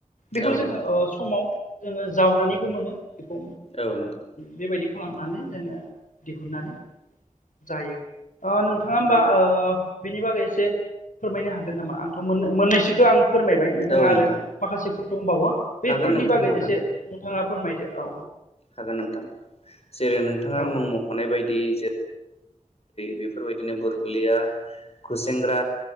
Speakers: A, on the left; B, on the left.
A: बेखौ
B: औ
A: जोङो
B: नोंथां
A: ओ समाव जोङो जावनानैबो मोनो बेखौ
B: औ नोंथां औ नोंथां
A: बेबायदि खालामनानै जोङो दिहुननानै जायो अ नोंथां। नङा होमबा ओ बेनि बागै एसे फोरमायनो हागोन नामा? आंथ' मोन मोननैसोखौ आं फोरमायबाय नोंथाङा
B: औ
A: आरो
B: नोंथां
A: माखासेफोर दंबावो बैफोरनि
B: हागोन नोंथां
A: बागै
B: हागोन
A: एसे नोंथाङा फोरमायदो औ।
B: हागोन नोंथां जेरै नोंथाङा
A: औ
B: मुं मख'नाय बायदि जेरै बेफोरबायदिनो बुरबुलिया, खुसेेंग्रा,